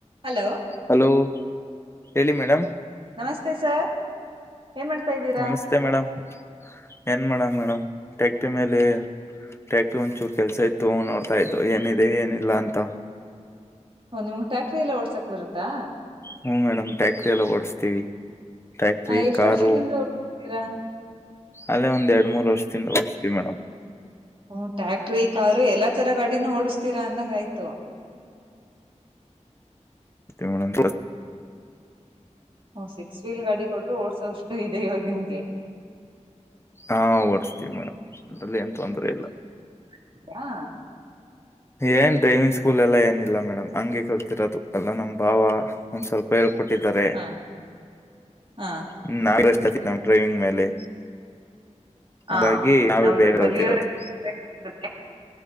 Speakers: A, on the right; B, on the left.
A: Hello
B: hello ಹೇಳಿ madam
A: ನಮಸ್ತೆ sir ಏನ್ ಮಾಡ್ತಾ ಇದ್ದೀರಾ
B: ನಮಸ್ತೆ ಮೇಡಮ್ ಏನ್ ಮಾಡೇಡಂ್ ಮೇಡಮ್ ಟಕ್ಟಿ ಮೇಲೆ ಟ್ಯಾಕ್ಿ ಒಂಚೂರು ಕೆಲ್ಸ ಇತ್ತು ನೋಡ್ತಾ ಇದ್ದು ಏನಿದೆ ಏನಿಲ್ಲ ಅಂತ
A: ಓ ನಿಮ್ಗ್ ಟ್ಯಾಕ್ಟ್ರಿ ಎಲ್ಲ ಓಡ್ಸಕ್ ಬರುತ್ತಾ
B: ಹೂ ಮೇಡಮ್ ಟ್ಯಾಕ್ಟ್ರಿ ಎಲ್ಲ ಓಡಸ್ತೀವಿ ಟ್ಯಾಕ್ಟ್ರಿ
A: ಹ ಎಷ್ಟ್
B: ಕಾರು
A: ವರ್ಷದಿಂದ ಓಡ್ಸ್ತೀರಾ
B: ಅಲ್ಲೇ ಒಂದ್ ಎರಡ್ ಮೂರ್ ವರ್ಷ ಯಿಂದ ಮೇಡಮ್
A: ಹಓ ಟ್ಯಾಕ್ಟ್ರಿ ಕಾರು ಎಲ್ಲ ತರ ಗಾಡಿನೂ ಓಡಸ್ತ ತೀರಾ ಅಂದಂಗ ಆಯ್ತು
B: ಮತ್ತೆ ಮೇಡಂ
A: ಹೂ ಸಿಕ್ಸ್ ವೀಲ್ ಗಾಡಿ ಕೊಟರು ಓಡ್ಸೋಷ್ಟು ಇದೆ ಇವಾಗ ನಿಮ್ಗೆ
B: ಹಾ ಓಡಸ್ತೀವಿ ಮೇಡಮ್ ಅದ್ರಲ್ಲಿ ಏನ್ ತೊಂದರೆ ಇಲ್ಲ
A: ಈಗ
B: ಏನ್ ಡೈವಿಂಗ್ ಸ್ಕೂಲ್ ಎಲ್ಲ ಏನಿಲ್ಲ ಮೇಡಮ್ ಹಂಗೆ ಕಲ್ತಿರೋದು ಎಲ್ಲ ನಮ್ಮ್ ಭಾವ ಒಂದ್ ಸ್ವಲ್ಪ ಕೊಟ್ಟಿದ್ದಾರೆ
A: ಹಾ ಹಾ
B: ಹೂ ನಾಷ್ಟ ಆತಿ ನಮಗೆ ಇಂಟರೆಸ್ಟ್ ಡ್ರೈವಿಂಗ್ ಮೇಲೆ
A: ಹಾ
B: ಹಾಗಾಗಿ ನಾವೇ
A: ಹೌದು
B: ಬೇಗ
A: ಕಲಿಯೋವರೆಗೆ
B: ಕಲ್ತಿರೋದು